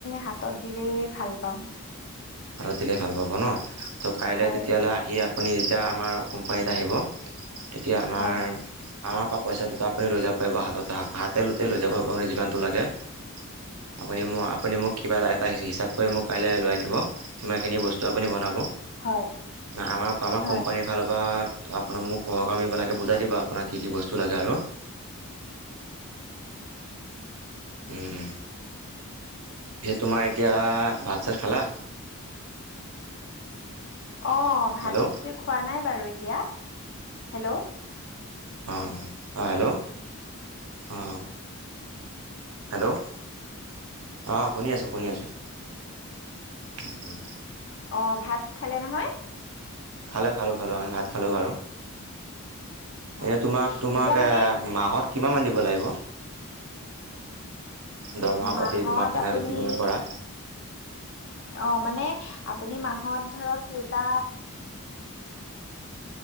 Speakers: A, on the left (about 55°); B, on the right (about 80°).
A: হাতত দিলেই ভাল পাম।
B: আৰু দিলে ভাল পাব ন ত' কাইলৈ
A: হয়
B: তেতিয়াহ'লে আহি। আপুনি যেতিয়া আমাৰ কোম্পানীত আহিব তেতিয়া আমাৰ
A: হয়
B: আমাৰ পৰা পইচাটোতো আপুনি লৈ যাব পাৰিব হাততে হা হাতে লুতেই লৈ যাব পাৰিব আপুনি যিমানটো লাগে। আপুনি মোক আপুনি মোক কিবা এটা হিচাপ কৰি মোক কাইলৈ লৈ আনিব। সিমানখিনি বস্তু আপুনি বনাব
A: হয়
B: আমাৰ আমাৰ
A: হয়
B: কোম্পানীৰ ফালৰ পৰা। তো আপোনাক মোক সহকৰ্মীবিলাকে বুজাই দিব আপোনাক কি কি বস্তু লাগে? আৰু <inaudible> উম উম। পিছে তোমাৰ এতিয়া ভাত চাত খালা
A: অ ভাত
B: হেল্ল'
A: খোৱা নাই বাৰু এতিয়া। হেল্ল'
B: অ অ হেল্ল' অ অ হেল্ল' অঁ শুনি আছোঁ শুনি আছোঁ। উম উম।
A: অ ভাত খালে নহয়?
B: খালে খালোঁ খালোঁ আমি ভাত খালোঁ বাৰু
A: হয়
B: এ তোমাক
A: হয়
B: তোমাক
A: এতিয়া মানে
B: এ মাহত। কিমানমান দিব লাগিব। দৰমহা
A: মাহত
B: পাতি তোমাক এনে
A: আপুনি
B: যদি তুমি কৰা
A: অ মানে আপুনি মাহত ধৰক কেইটা